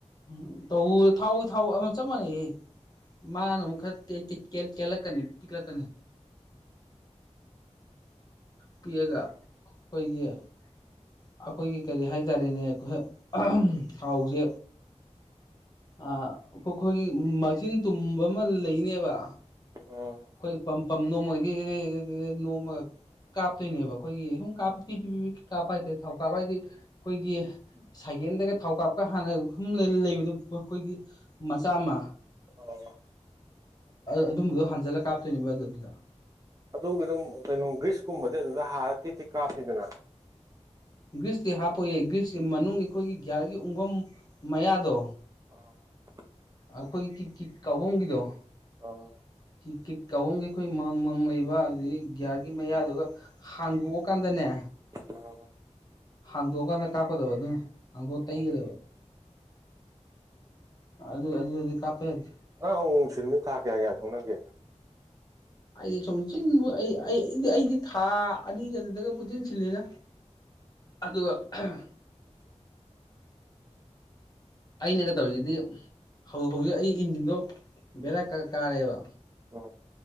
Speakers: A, on the left; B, on the right.
A: ꯎꯝ ꯇꯧ ꯊꯥꯎ ꯊꯥꯎ ꯑꯃ ꯆꯞ ꯃꯥꯟꯅꯩꯍꯦ ꯃꯥꯅ ꯑꯃꯨꯛ ꯈꯔ ꯇꯦꯜꯂꯛꯀꯅꯤ ꯄꯤꯛꯂꯛꯀꯅꯤ ꯄꯤꯛꯑꯒ ꯑꯩꯈꯣꯏꯒꯤ ꯑꯩꯈꯣꯏꯒꯤ ꯀꯔꯤ ꯍꯥꯏ ꯍꯥꯏꯇꯥꯔꯦꯅꯦ ꯑꯩꯈꯣꯏ ꯊꯥꯎꯁꯦ ꯑꯥ ꯑꯩꯈꯣꯏꯒꯤ ꯃꯆꯤꯟ ꯇꯨꯝꯕ ꯑꯃ ꯂꯩꯅꯦꯕ
B: ꯑꯣ
A: ꯑꯩꯈꯣꯏ ꯄꯝ ꯄꯝ ꯅꯣꯝꯃꯒꯗꯤ ꯅꯣꯝꯃꯒ ꯀꯥꯞꯇꯣꯏꯅꯦꯕ ꯑꯩꯈꯣꯏꯒꯤ ꯁꯨꯝ ꯀꯥꯞꯄ ꯄꯤ ꯄꯤ ꯄꯤ ꯀꯥꯞꯄ ꯍꯥꯏꯇꯥꯔꯦ ꯊꯥꯎ ꯀꯥꯞꯄ ꯍꯥꯏꯗꯤ ꯑꯩꯈꯣꯏꯒꯤ ꯁꯥꯏ ꯔꯦꯟꯗꯒ ꯊꯥꯎ ꯀꯥꯞꯀ ꯍꯥꯟꯅ ꯍꯨꯝ ꯂꯩꯕꯗꯣ ꯑꯩꯈꯣꯏꯒꯤ ꯃꯆꯥ ꯑꯃ
B: ꯑꯣ
A: ꯑꯗꯨꯝꯕꯗꯣ ꯍꯟꯖꯜꯂꯛ ꯕ ꯑꯗꯨꯗ
B: ꯑꯗꯨꯒꯤ ꯑꯗꯨꯝ ꯀꯩꯅꯣ ꯒ꯭ꯔꯤꯁꯀꯨꯝꯕꯗꯤ ꯑꯗꯨꯗ ꯍꯥꯔ ꯇꯤꯠ ꯇꯤꯠ ꯀꯥꯞꯄꯤꯗꯅ
A: ꯒ꯭ꯔꯤꯁꯇꯤ ꯍꯥꯞꯄꯣꯏꯌꯦ ꯒ꯭ꯔꯤꯁꯁꯤ ꯃꯅꯨꯡꯒꯤ ꯑꯩꯈꯣꯏꯒꯤ ꯒꯤꯌꯥꯔꯒꯤ ꯎꯡꯕꯝ ꯃꯌꯥꯗꯣ
B: ꯑꯥ
A: ꯑꯩꯈꯣꯏꯒꯤ ꯀꯤꯛ ꯀꯤꯛ ꯀꯥꯎꯕꯝꯒꯤꯗꯣ
B: ꯑꯣ
A: ꯀꯤꯛ ꯀꯤꯛ ꯀꯥꯎꯕꯝꯒꯤ ꯑꯩꯈꯣꯏ ꯃꯍꯪ ꯃꯍꯪ ꯂꯩꯕ ꯑꯗꯨꯗꯒꯤ ꯒꯤꯌꯥꯔꯒꯤ ꯃꯌꯥꯗꯨꯒ ꯍꯥꯡꯗꯣꯛꯑꯀꯥꯟꯗꯅꯦ
B: ꯑꯥ
A: ꯍꯥꯡꯗꯣꯛꯑꯀꯥꯟꯗ ꯀꯥꯞꯀꯗꯕ ꯑꯗꯨꯅ ꯍꯥꯡꯗꯣꯛꯑ ꯇꯩꯒꯗꯕ
B: ꯑꯣ
A: ꯑ ꯑꯗꯨ ꯑꯗꯨꯗꯗꯤ ꯀꯥꯞꯄ ꯌꯥꯗꯦ
B: ꯅꯪ ꯑꯃꯨꯛ ꯃꯨꯛ ꯁꯤꯟꯕꯗꯨ ꯊꯥ ꯀꯌꯥ ꯀꯌꯥ ꯊꯧꯅꯒꯦ
A: ꯑꯩꯗꯤ ꯁꯣꯡꯆꯤꯟꯕꯨ ꯑꯩꯗꯤ ꯑꯩꯗꯤ ꯊꯥ ꯑꯅꯤꯒꯤ ꯑꯗꯨꯗꯒ ꯄꯨꯡꯆꯤꯟ ꯁꯤꯜꯂꯤꯗ ꯑꯗꯨꯒ ꯑꯍꯝ
B: <inaudible>
A: ꯑꯩꯅꯒ ꯇꯧꯔꯤꯖꯤꯗꯤ ꯍꯧ ꯍꯧꯖꯤꯛ ꯑꯩ ꯏꯟꯖꯤꯟꯗꯣ ꯕꯦꯔꯥ ꯀ ꯀꯥꯔꯦꯕ
B: ꯎꯝ